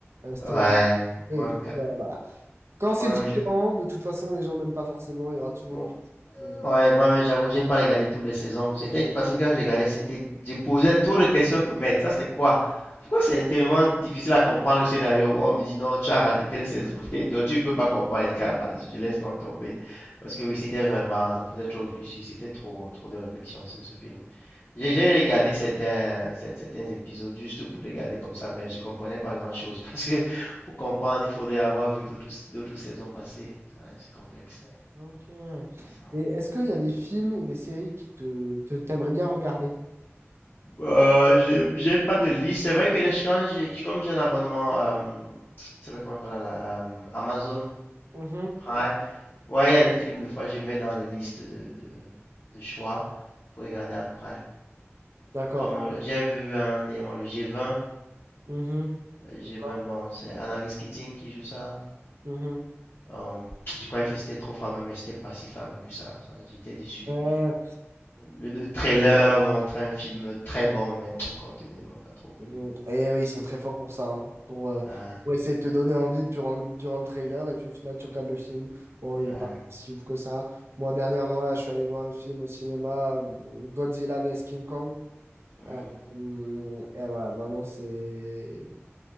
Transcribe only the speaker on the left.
Ouais,
moi-même,
quand-
moi-même,
j'ai-
moi
Ouais, moi-même, j'avoue, j'ai pas regardé toutes les saisons. C'était parce que quand je regardais, c'était, je posais trop de questions que, mais ça, c'est quoi? Pourquoi c'est tellement difficile à comprendre le scénario? On me dit, non, tu as raté telle saison, <laughs> t'es- tu ne peux pas comprendre. Je dis, Ah, bah, je laisse donc tomber. Parce que oui, c'était vraiment, ça faisait trop réfléchir, c'était trop, trop de réflexion sur ce film. J'ai
j'ai regardé certains, cer- certains épisodes juste pour regarder comme ça, mais je comprenais pas grand-chose. <laughs> Parce que pour comprendre, il faudrait avoir vu d'autres, d'autres saisons passées. Ouais, c'est complexe.
Mhm.
Euh, j'ai j'ai pas de liste. C'est vrai que les- quand j'ai, comme j'ai un abonnement, euh, il s'appelle comment qu'on a là, euh, Amazon
Prime. Ouais, il y a des films, des fois, je mets dans les listes de, de, de choix pour regarder après.
Comme euh, j'ai vu un dernièrement, le G20.
Le G20,
bon, c'est Annalise Keating qui joue ça.
Euh, je croyais que c'était trop fameux, mais c'était pas si fameux que ça. Ça, j'étais déçu.
Le, le trailer montrait un film très bon, mais le contenu m'a pas trop plu.
Ah,
ah,
mhm.